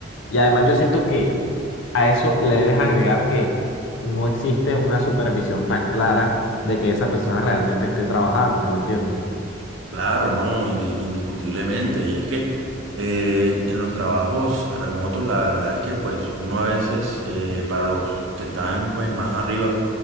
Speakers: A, on the left (about 70°); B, on the right (about 85°).
A: Y además yo siento que a eso le debes agregar que no existe una supervisión tan clara de que esa persona realmente esté trabajando, ¿me entiendes?
B: Claro, no, inde- indiscutiblemente. Y es que eh, en los trabajos remotos, la verdad es que pues uno a veces, eh, para los que están pues más arriba,